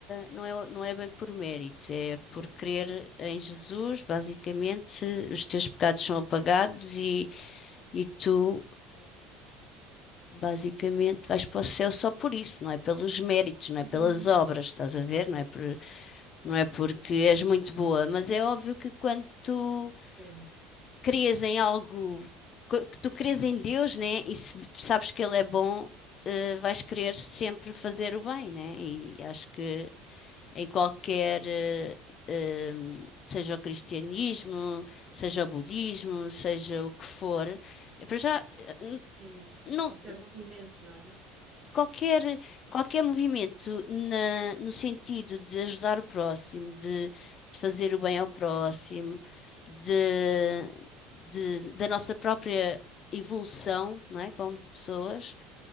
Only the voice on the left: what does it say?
não é, não é bem por mérito, é por crer em Jesus, basicamente, os teus pecados são apagados e, e tu Basicamente, vais para o céu só por isso, não é pelos méritos, não
é pelas obras, estás a ver? Não é por, não é porque és muito boa, mas é óbvio que quando tu
crias em algo, co- que tu crês em Deus, né? E se sabes que Ele é bom, eh, vais querer sempre fazer o bem, né? E acho que em qualquer, eh, eh, seja o cristianismo, seja o budismo, seja o que for, eh, para já, eh, n-
não,
qualquer, qualquer movimento na- no sentido de ajudar o próximo, de, de fazer o bem ao próximo, de, de- da nossa própria evolução, não é? Como pessoas,